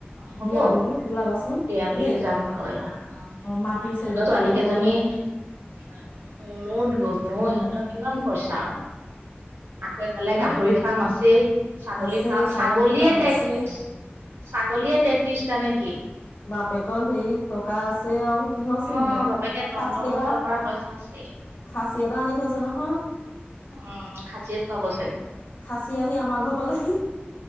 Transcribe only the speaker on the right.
হ'ব
বিয়া বুলি
যাম বাৰু এবাৰ অ'।
ধতৰ
ছোৱালী
কেইজনী
মনো ধ অ', ইহঁতৰ কিমান পইচা আৰু আকৌ এফালে গাহৰি
ফাৰ্ম আছেই। ছাগলী
ফাৰ্ম
ছাগলীয়ে
তেত্ৰিশ,
ছাগলীয়ে তেত্ৰিশটা নেকি?
অ বাপেকে তন্ত্ৰ
মন্ত্ৰ
কৰা পইচা আছে
উম খাচীয়ে খুৱাব চাগে